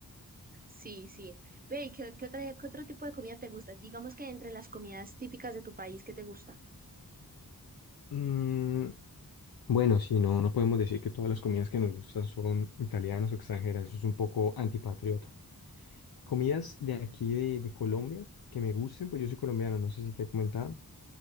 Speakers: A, on the right; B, on the left.
A: Sí, sí. Ve, ¿y ¿qué, qué otra- qué otro tipo de comida te gusta? Digamos que entre las comidas típicas de tu país, ¿qué te gusta?
B: Mm, bueno, si no, no podemos decir que todas las comidas que nos gustan son italianas o extranjeras. Eso es un poco antipatriota. Comidas de aquí de, de Colombia que me gusten, pues yo soy colombiano, no sé si te he comentado.